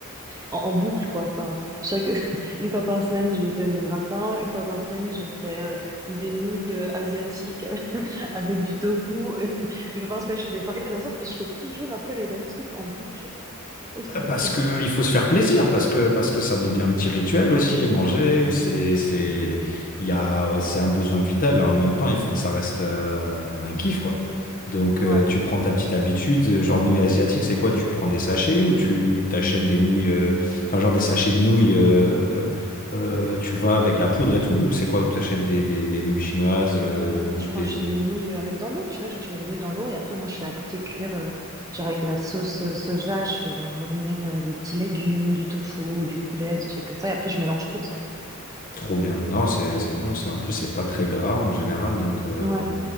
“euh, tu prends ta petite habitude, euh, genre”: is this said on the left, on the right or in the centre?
Left